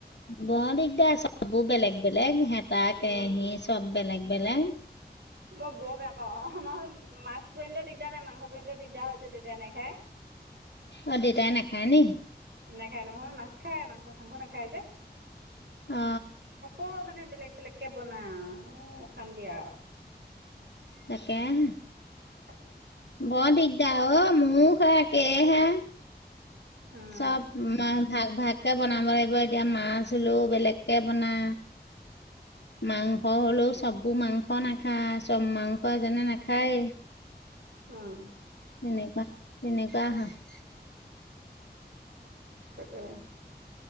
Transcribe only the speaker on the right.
উম
মই বৰ বেয়া পাওঁ। আমাৰ ঘৰত মাছতটো আনিলে দিগদাৰ নাই মাংসটো আনিলে দিগদাৰ হৈ যে দেতাই নাখাই।
নাখায় নহয়, মাছ খাই মাংস চাংস নাখায় যে।
আকৌ মানে বেলেগ বেলেগকে বনাও অশান্তি আৰু।
অ
উম
অ',।
তাকে।